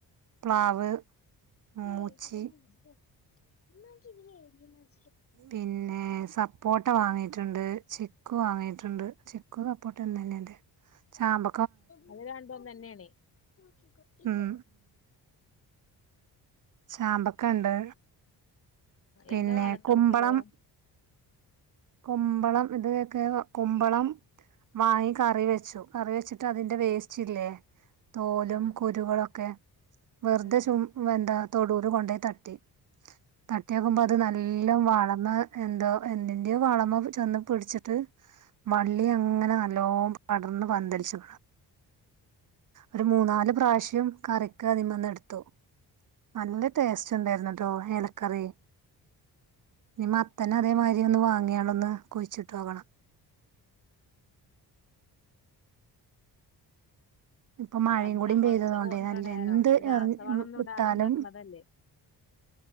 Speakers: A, on the right; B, on the left.
A: പ്ലാവ്. മൂച്ചി
B: <unintelligible> <unintelligible>
A: പിന്നെ സപ്പോട്ട വാങ്ങീട്ടുണ്ട് ചിക്കു വാങ്ങീ ട്ടുണ്ട് ചിക്കു സപ്പോട്ടെ ഒന്നേന്നെല്ലേ ചാമ്പ
B: അത് രണ്ടും ഒന്ന് തന്നെയാണേ <unintelligible>
A: ഉം ചാമ്പക്ക ഉണ്ട് പിന്നെ
B: എന്താ വളട്ട്
A: കുമ്പളം
B: കൊടുക്കല്
A: കുമ്പളം ഇത് ഒക്കെ കുമ്പളം വാങ്ങി കറി വെച്ചു കറി വെച്ചിട്ട് അതിന്റെ വേസ്റ്റ് ഇല്ലേ? തോലും
B: ആഹ്
A: കുരുകളൊക്കെ വെർതെ
B: ഉം
A: ചും വെന്താ തൊടൂല് കൊണ്ടോയ് തട്ടി. തട്ടിയാക്കുമ്പോ അത് നല്ലം വളന്ന് എന്തോ എന്തിന്റെയൊ വളമ ചെന്ന് പിട്ച്ചിട്ട് വള്ളി അങ്ങനെ നല്ലോ പടർന്ന് പന്തലിച്ചു. ഒരു മൂന്നാല് പ്രാവശ്യം കറിക്ക് അതിമ്മേന്ന് എടുത്തു. നല്ല ടേസ്റ്റ് ഉണ്ടായ്രുന്നുട്ടോ എലക്കറി. ഇനി മത്തന് അതേമായ്രി ഒന്ന് വാങ്ങിയാളൊന്ന് കുഴിച്ചിട്ടോക്കണം. ഇപ്പൊ മഴയും
B: അത്
A: കൂടി
B: ഞമ്മള്
A: പെയ്തതോണ്ടേ
B: എന്താണ്
A: നല്ല എന്ത്
B: രാസവളൊന്നും
A: എർ മ് ഇട്ടാലും
B: ഇടാതെ ഉണ്ടാക്കണതല്ലേ